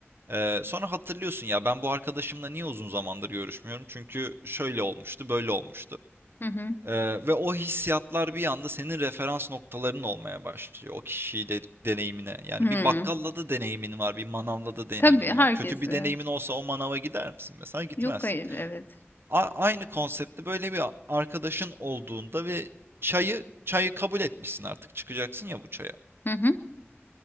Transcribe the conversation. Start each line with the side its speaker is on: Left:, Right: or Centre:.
Right: Ee, sonra hatırlıyorsun ya ben bu arkadaşımla niye uzun zamandır görüşmüyorum? Çünkü şöyle olmuştu böyle olmuştu.
Left: Hı hı.
Right: Ee, ve o hissiyatlar bir anda senin referans noktaların olmaya başlıyor o kişiyle deneyimine. Yani
Left: Hı.
Right: bir bakkalla da deneyimin var, bir manavla da deneyimin
Left: Tabii herkesle.
Right: var. Kötü bir deneyimin olsa o manava gider misin? Mesela gitmezsin.
Left: Yok hayır evet.
Right: A- aynı konseptte böyle bir arkadaşın olduğunda ve çayı çayı kabul etmişsin artık çıkacaksın ya bu çaya.
Left: Hı hı.